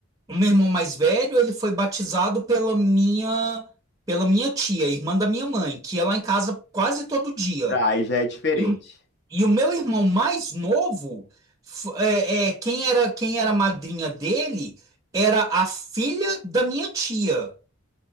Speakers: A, on the right; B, on the left.
A: o meu irmão mais velho, ele foi batizado pela minha, pela minha tia, irmã da minha mãe, que ia lá em casa quase todo dia.
B: Ah, Aí já é diferente.
A: E, o- e o meu irmão mais novo, f- é, é, quem era, quem era a madrinha dele, era a filha da minha tia.